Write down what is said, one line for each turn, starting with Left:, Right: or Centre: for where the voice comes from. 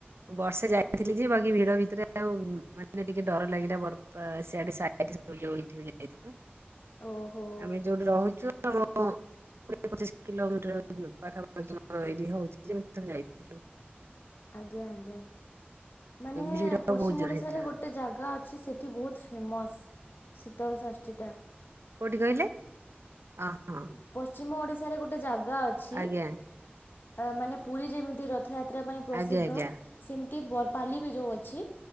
Right: ବର୍ଷେ ଯାଇ ଥିଲି ଯେ ବାକି ଭିଡ ଭିତରେ ଆଉ ମାନେ ଟିକେ ଡର ଲାଗିଲା ବରପା ସେଆଡେ଼ <unintelligible> ଯାଇଥିଲୁ।
Left: ଓହୋ
Right: ଆମେ ଯୋଉଠି ରହୁଛୁ ତମ କୋଡିଏ ପଚିଶ କିଲୋମିଟର ପାଖାପଖୀ ତମର ଏଇଠି ହଉଛି। ଯେମିତି ଥରେ ଯାଇଥିଲୁ।
Left: ଆଜ୍ଞା ଆଜ୍ଞା। ମାନେ
Right: ଭିଡ
Left: ପଶ୍ଚିମ
Right: ବହୁତ ଜୋର
Left: ଓଡିଶାରେ
Right: ହେଇଥିଲା
Left: ଗୋଟେ ଜାଗା ଅ ଅଛି ସେଠି ବହୁତ ଫେମସ୍ ଶୀତଳଷଷ୍ଠୀଟା।
Right: କୋଉଠି କହିଲେ? ଅ ହଁ
Left: ପସ ପଶ୍ଚିମ ଓଡିଶାରେ ଗୋଟେ ଜା ଆଗା ଅଛି
Right: ଆଜ୍ଞା
Left: ଅ ମାନେ ପୁରୀ ଯେମିତି ରଥଯାତ୍ରା ଯାତ୍ରା ପାଇଁ ପ୍ରସିଦ୍ଧ।
Right: ଆଜ୍ଞା ଆଜ୍ଞା
Left: ସେମତି ଏ ବରପାଲି ବି ଯୋଉ ଅଛି।